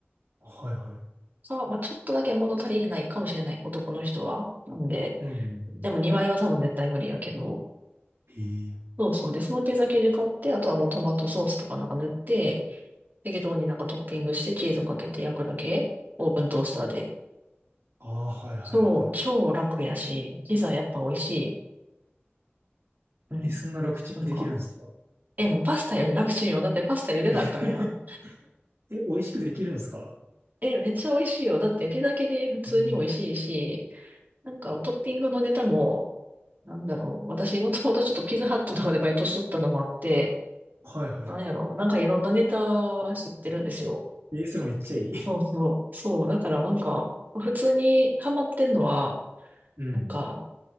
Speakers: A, on the right (about 80°); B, on the right (about 45°).
A: はいはい。
B: さあ、まあちょっとだけ物足りないかもしれない、男の人は。なんで、
A: うんうんうん。
B: でも2枚は多分絶対無理やけど。
A: ええ
B: そうそう。で、そのピザ生地買って、あとはもうトマトソースとかなんか塗って、適当になんかトッピングしてチーズかけて焼くだけ。オーブントースターで。
A: ああー、はいはいは
B: そう、超楽やし、ピザやっぱ美味しい。うん。
A: い。え、そんな楽ちんにできるんですか
B: なんか、え、もうパスタより楽しいよ。だってパスタ茹でなあかんやん。
A: <laughs> え、美味しくできるんですか
B: え、めっちゃ美味しいよ。だってピザ系で普通に美味しいし、
A: うん。
B: なんかトッピングのネタも、なんだろう。私もともとちょっとピザハットとかでバイトしとったのもあって、
A: はいはい。
B: なんやろう。なんかいろんなネタは知ってるんですよ。
A: えそれめっちゃいい。<laughs>
B: そうそう。そう。だからなんか、普通にハマってんのは、
A: うん。
B: なんか、